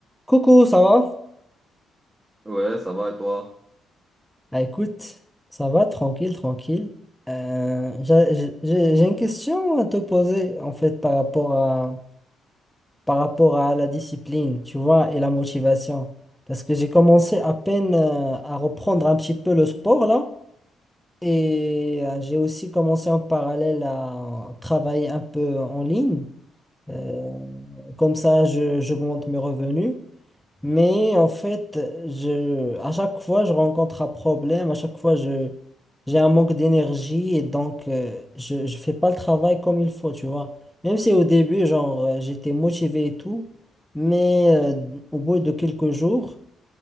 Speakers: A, in the centre; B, on the right.
A: Coucou, ça va?
B: Ouais, ça va et toi?
A: Ah, écoute, ça va, tranquille, tranquille. Euh, j'a- j'ai j'ai- j'ai une question à te poser, en fait, par rapport à, par rapport à la discipline, tu vois, et la motivation. Parce que j'ai commencé à peine euh, à reprendre un petit peu le sport, là. Et euh, j'ai aussi commencé en parallèle à travailler un peu en ligne. Euh, comme ça, je, j'augmente mes revenus. Mais en fait, je, à chaque fois, je rencontre un problème, à chaque fois, je, j'ai un manque d'énergie et donc euh, je, je fais pas le travail comme il faut, tu vois. Même si au début, genre, euh, j'étais motivé et tout, mais euh, d- au bout de quelques jours,